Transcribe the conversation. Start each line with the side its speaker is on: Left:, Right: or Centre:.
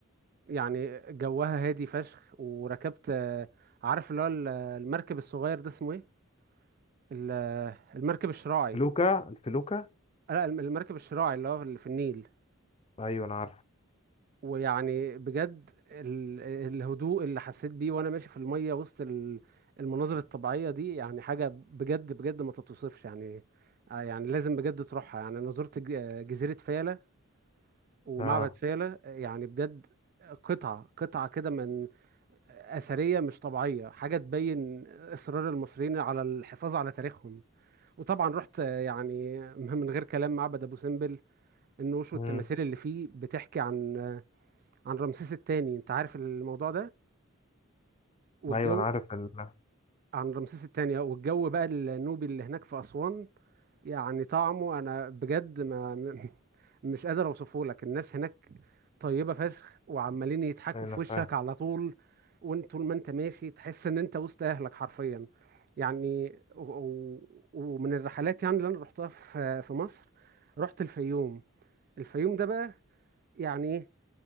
Right: يعني جوها هادي فشخ وركبت آه، عارف اللي هو ال- المركب الصغير ده اسمه ايه ال- المركب الشراعي
Left: فلوكه الفلوكه
Right: لا الم- المركب الشراعي اللي هو اللي في النيل
Left: ايوه انا عارف
Right: ويعني بجد ال- الهدوء اللي حسيت بيه وانا ماشي في المية وسط ال- المناظر الطبيعية دي يعني حاجة بجد بجد ما تتوصفش يعني آه يعني لازم بجد تروحها يعني انا زرت ج- آه جزيرة فيلة ومعبد
Left: اه
Right: فيلة آه يعني بجد قطعة قطعة كده من أثرية مش طبيعية حاجة تبين إصرار المصريين على الحفاظ على تاريخهم وطبعا رحت آه، يعني من غير كلام معبد أبو سمبل النوش والتماثيل
Left: امم
Right: اللي فيه بتحكي عن عن رمسيس الثاني انت عارف الموضوع ده والجو
Left: ايوه انا عارف ال-
Right: عن رمسيس الثاني والجو بقى النوبي اللي هناك في أسوان يعني طعمه انا بجد ما <laughs> م- مش قادر اوصفه لك الناس هناك طيبة فشخ وعمالين يضحكوا
Left: أيوه، انا
Right: في وشك
Left: فاهم
Right: على طول وانت طول ما انت ماشي تحس ان انت وسط اهلك حرفيا يعني و... و... ومن الرحلات يعني اللي انا رحتها في في مصر رحت الفيوم الفيوم ده بقى يعني إيه؟